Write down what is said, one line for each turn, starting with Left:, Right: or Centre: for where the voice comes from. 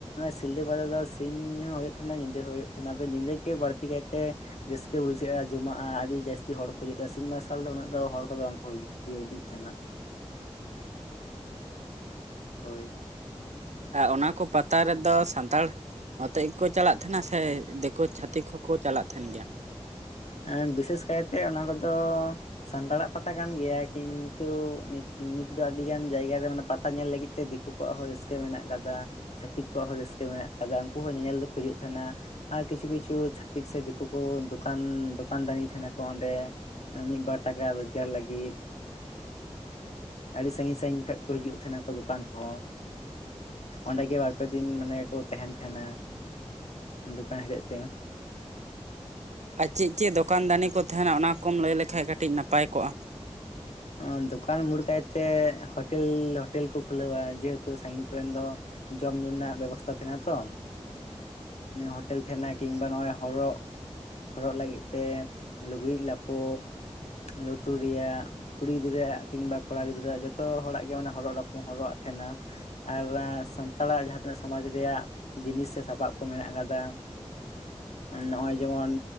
Left: ᱥᱤᱞᱫᱟᱹ ᱯᱟᱛᱟ ᱫᱚ ᱥᱤᱧ ᱦᱚᱸ ᱦᱩᱭᱩᱜ ᱛᱟᱦᱮᱱᱟ ᱧᱤᱫᱟᱹ ᱦᱚᱸ ᱦᱩᱭᱩᱜ ᱛᱟᱦᱮᱱᱟ ᱟᱫᱚ ᱧᱤᱫᱟᱹ ᱜᱮ ᱵᱟᱹᱲᱛᱤ ᱠᱟᱭᱛᱮ ᱨᱟᱹᱥᱠᱟᱹ ᱵᱩᱡᱷᱟᱹᱜᱼᱟ ᱡᱚᱢᱟᱜᱼᱟ ᱟᱹᱰᱤ ᱡᱟᱹᱥᱛᱤ ᱦᱚᱲ ᱠᱚ ᱡᱚᱛᱚ ᱥᱤᱧ ᱢᱟᱨᱥᱟᱞ ᱫᱚ ᱩᱱᱟᱹᱜ ᱫᱚ ᱦᱚᱲ ᱠᱚᱫᱚ ᱵᱟᱝ ᱠᱚ ᱦᱩᱭᱩᱜ ᱦᱤᱡᱩᱜ ᱛᱟᱦᱮᱱᱟ ᱦᱳᱭ
Right: ᱟᱨ ᱚᱱᱟ ᱠᱚ ᱯᱟᱛᱟ ᱨᱮᱫᱚ ᱥᱟᱱᱛᱷᱟᱲ ᱚᱛᱮᱜ ᱜᱮᱠᱚ ᱪᱟᱞᱟᱜ ᱛᱟᱦᱮᱱᱟ ᱥᱮ ᱫᱤᱠᱩ ᱪᱷᱟᱛᱤᱠ ᱦᱚᱸᱠᱚ ᱪᱟᱞᱟᱜ ᱛᱟᱦᱮᱱ ᱜᱮᱭᱟ
Left: ᱮ ᱵᱤᱥᱮᱥ ᱠᱟᱭᱛᱮ ᱚᱱᱟ ᱠᱚᱫᱚ ᱥᱟᱱᱛᱟᱲᱟᱜ ᱯᱟᱛᱟ ᱠᱟᱱ ᱜᱮᱭᱟ ᱠᱤᱱᱛᱩ ᱱᱤᱛ ᱫᱚ ᱟᱹᱰᱤ ᱜᱟᱱ ᱡᱟᱭᱜᱟ ᱨᱮ ᱢᱟᱱᱮ ᱯᱟᱛᱟ ᱧᱮᱞ ᱞᱟᱹᱜᱤᱫ ᱛᱮ ᱫᱤ ᱦᱩᱹᱠᱩ ᱠᱚᱣᱟᱜ ᱦᱚᱸ ᱨᱟᱹᱥᱠᱟᱹ ᱢᱮᱱᱟᱜ ᱟᱠᱟᱫᱟ ᱪᱷᱟᱹᱛᱤᱠ ᱠᱚᱣᱟᱜ ᱦᱚᱸ ᱨᱟᱹᱥᱠᱟᱹ ᱢᱮᱱᱟᱜ ᱟᱠᱟᱫᱟ ᱩᱱᱠᱩ ᱦᱚᱸ ᱧᱮᱧᱮᱞ ᱫᱚᱠᱚ ᱦᱤᱡᱩᱜ ᱛᱟᱦᱮᱸᱱᱟ ᱟᱨ ᱠᱪᱩ ᱠᱪᱩ ᱪᱷᱟᱛᱤᱠ ᱥᱮ ᱫᱤᱠᱩᱠᱚᱼ ᱫᱚᱠᱟᱱ ᱫᱚᱠᱟᱱ ᱫᱟᱱᱤ ᱛᱟᱦᱮᱱᱟᱠᱚ ᱚᱸᱰᱮ ᱢᱤᱫ ᱵᱟᱨ ᱴᱟᱠᱟ ᱨᱳᱡᱽᱜᱟᱨ ᱞᱟᱹᱜᱤᱫ ᱟᱹᱰᱤ ᱥᱟᱺᱜᱤᱧ ᱥᱟᱺᱜᱤᱧ ᱠᱷᱚᱡ ᱠᱚ ᱦᱤᱡᱩᱜ ᱛᱟᱦᱮᱱᱟ ᱠᱚ ᱫᱚᱠᱟᱱ ᱠᱚ ᱚᱸᱰᱮ ᱜᱮᱮ ᱵᱟᱨᱯᱮ ᱫᱤᱱ ᱢᱟᱱᱮ ᱠᱚ ᱛᱟᱦᱮᱱ ᱛᱟᱦᱮᱱᱟ ᱫᱚᱠᱟᱱ ᱦᱤᱞᱮᱡ ᱛᱮ
Right: ᱟᱨ ᱪᱮᱫ ᱪᱮᱫ ᱫᱚᱠᱟᱱ ᱫᱟᱱᱤ ᱠᱚ ᱛᱟᱦᱮᱱᱟ ᱚᱱᱟᱠᱢ ᱞᱟᱹᱭ ᱞᱮᱠᱷᱷᱟᱡ ᱠᱟᱹᱴᱤᱡ ᱱᱟᱯᱟᱭ ᱠᱚᱜᱼᱟ
Left: <inaudible> ᱫᱚᱠᱟᱱ ᱢᱳᱲ ᱠᱟᱭᱛᱮ ᱦᱳᱴᱮᱞ ᱦᱳᱴᱮᱞ ᱠᱚ ᱠᱷᱩᱞᱟᱹᱣᱟ ᱡᱮᱦᱮᱛᱩ ᱥᱟᱺᱜᱤᱧ ᱠᱚᱨᱮᱱ ᱫᱚ ᱡᱚᱢ ᱧᱩ ᱨᱮᱱᱟᱜ ᱵᱮᱵᱚᱥᱛᱟ ᱛᱟᱦᱮᱱᱟ ᱛᱚ ᱦᱳᱴᱮᱞ ᱛᱟᱦᱮᱱᱟ ᱠᱤᱝᱵᱟ ᱱᱚᱜᱼᱚᱭ ᱦᱚᱨᱚᱜ ᱦᱚᱨᱚᱜ ᱞᱟᱹᱜᱤᱫ ᱛᱮ ᱞᱩᱜᱽᱲᱤᱡ ᱞᱟᱯᱚ ᱞᱩᱛᱩᱨ ᱨᱮᱭᱟᱜ ᱠᱩᱲᱤ ᱜᱤᱫᱽᱨᱟᱹ ᱠᱤᱝᱵᱟ ᱠᱚᱲᱟ ᱜᱤᱫᱽᱨᱟᱹᱣᱟᱜ ᱡᱚᱛᱚ ᱦᱚᱲᱟᱜ ᱜᱮ ᱢᱮ ᱦᱚᱜ ᱦᱚᱨᱚᱜ ᱟᱜ ᱛᱟᱦᱮᱱᱟ ᱟᱨ ᱥᱟᱱᱛᱟᱲᱟᱜ ᱡᱟᱦᱟᱸ ᱛᱤᱱᱟᱹᱜ ᱥᱚᱢᱟᱡᱽ ᱨᱮᱭᱟᱜ ᱡᱤᱱᱤᱥ ᱥᱮ ᱥᱟᱯᱟᱵ ᱠᱚ ᱢᱮᱱᱟᱜ ᱠᱟᱫᱟ ᱱᱚᱜᱼᱚᱭ ᱡᱮᱢᱚᱱ